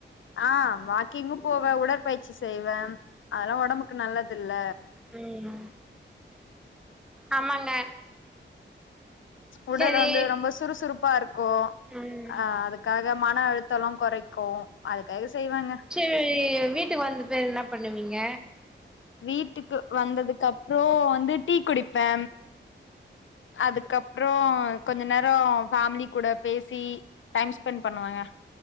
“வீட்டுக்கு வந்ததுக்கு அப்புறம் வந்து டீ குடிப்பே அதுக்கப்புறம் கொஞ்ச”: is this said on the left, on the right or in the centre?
Left